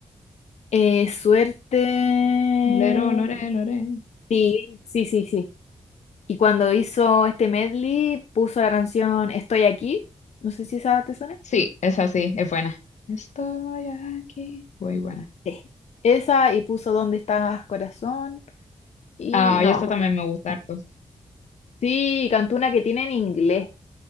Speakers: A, on the left (about 65°); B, on the left (about 80°).
A: eh, suerte.
B: Lero, lore, lore.
A: Sí, sí, sí, sí. Y cuando hizo este medley, puso la canción Estoy aquí. No sé si esa te suena.
B: Sí, esa sí, es buena. Estoy aquí. Muy buena.
A: Sí. Esa y puso ¿Dónde estás, corazón? Y
B: Ah,
A: no,
B: y esto también me gusta harto.
A: sí, cantó una que tiene en inglés,